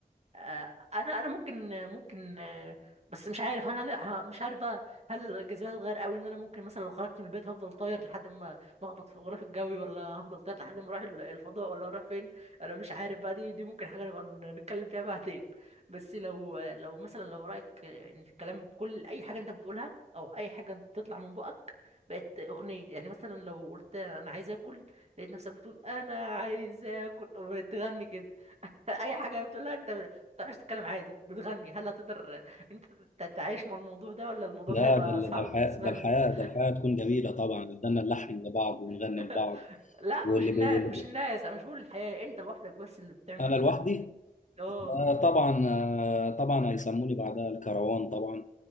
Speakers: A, on the right; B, on the left.
A: آه، انا انا ممكن ممكن آه، بس مش عارف انا لا مش عارف بقى هل الجاذبيه هتتغير قوي ان انا ممكن مثلا لو خرجت من البيت هفضل طاير لحد ما ما اخبط في الغلاف الجوي ولا هفضل طاير لحد ما اروح ال- الفضاء ولا هروح فين انا مش عارف بقى دي دي ممكن حاجه نبقى ن- نتكلم فيها بعدين بس لو لو مثلا لو رايك يعني في الكلام كل اي حاجه انت بتقولها او اي حاجه انت بتطلع من بقك بقت اغنيه يعني مثلا لو قلت انا عايز اكل لقيت نفسك بتقول انا عايز اكل وتغني كده <laughs> اي حاجه بتقولها انت تعرفش تتكلم عادي بتغني هل هتقدر انت تتعايش مع الموضوع ده ولا الموضوع
B: لا
A: ده هيبقى
B: ده ال-
A: صعب
B: ده الحياة
A: بالنسبه
B: ده الحياة
A: لك
B: ده الحياة تكون جميلة طبعا قدرنا نلحن لبعض ونغني
A: <laughs>
B: لبعض
A: لا
B: واللي
A: مش الناس
B: بي واللي
A: مش
B: بي
A: الناس انا مش بقول الحياه انت لوحدك بس اللي بتعمل
B: أنا
A: كده
B: لوحدي
A: اه
B: آه طبعا آه طبعا هيسموني بعدها الكروان طبعا